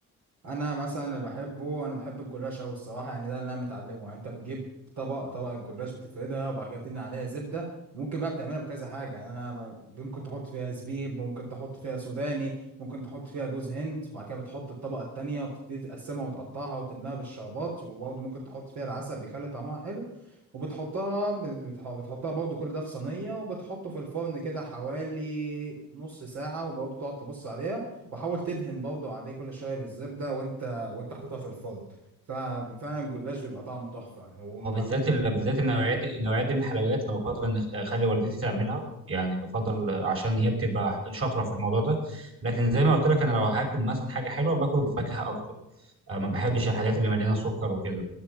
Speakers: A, on the right (about 65°); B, on the right (about 45°).
A: انا مثلا اللي بحبه انا بحب الجلاش قوي الصراحه يعني ده اللي انا متعلمه يعني انت بتجيب طبق طبق الجلاش بتفردها وبعد كده بتدهن عليها زبده ممكن بقى بتعملها بكذا حاجه يعني انا ب... ممكن تحط فيها زبيب ممكن تحط فيها سوداني ممكن تحط فيها جوز هند وبعد كده بتحط الطبقه التانيه وبتبتدي تقسمها وتقطعها وتملاها بالشربات وبرضه ممكن تحط فيها العسل بيخلي طعمها حلو وبتحطها بت- بتح- بتحطها برضه كل ده في صينيه وبتحطه في الفرن كده حوالي نص ساعه وبرضه تقعد تبص عليها وحاول تدهن برضه عليه كل شويه بالزبده وانت وانت حاططها في الفرن ففعلا الجلاش بيبقى طعمه تحفه وما
B: هو بالذات
A: فيه
B: ال... بالذات النوعيات دي النوعية دي من الحلويات انا بفضل ان اخلي والدتي تعملها يعني بفضل عشان هي بتبقى شاطره في الموضوع ده لكن زي ما قلت لك انا لو هاكل مثلا حاجه حلوه باكل فاكهه اكتر أه ما بحبش الحاجات اللي مليانه سكر وكده